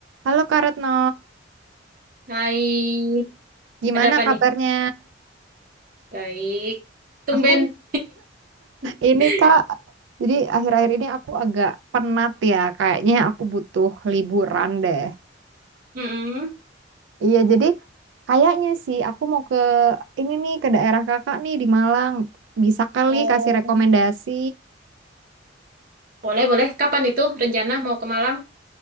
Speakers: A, on the right; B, on the right.
A: Halo Kak Retno,
B: Hai,
A: gimana
B: ada apa
A: kabarnya?
B: nih? Baik, tumben.
A: Aku
B: <laughs>
A: ini Kak, jadi akhir-akhir ini aku agak penat ya, kayaknya aku butuh liburan deh.
B: Mm-mm.
A: Iya, jadi kayaknya sih aku mau ke ini nih ke daerah Kakak nih di Malang. Bisa kali
B: Oh,
A: kasih rekomendasi.
B: boleh, boleh. Kapan itu rencana mau ke Malang?